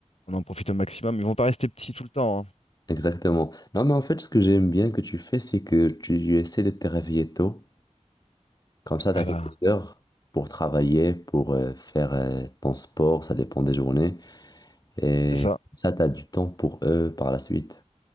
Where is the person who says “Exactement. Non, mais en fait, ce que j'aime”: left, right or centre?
Left